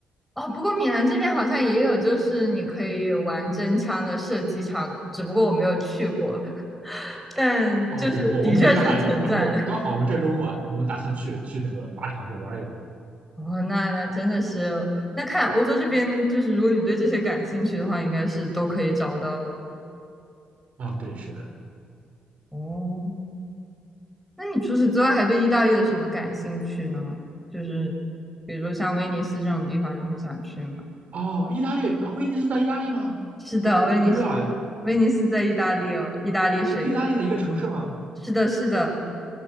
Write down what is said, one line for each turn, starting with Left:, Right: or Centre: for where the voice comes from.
Centre: 哦，不过米兰这边好像也有，就是你可以玩真枪的射击场，只不过我没有去过，但就是的确是存在的。
Right: 哦，对，我我们这旮瘩也有，然后我刚好我们这周末啊我们打算去去那个靶场去玩一玩。
Centre: <laughs> 哦，那那真的是，那看欧洲这边，就是如果你对这些感兴趣的话，应该是都可以找到的。
Right: 啊，对，是的。
Centre: 哦，那你除此之外还对意大利的什么感兴趣呢？就是比如说像威尼斯这种地方，你会想去吗？
Right: 哦，意大利啊，威尼斯在意大利吗？
Centre: 是的，
Right: 我我我不知道哎，
Centre: 威尼斯，威尼斯在意大利哦，意大利水。
Right: 是意大利的一个城市吗？
Centre: 是的，是的，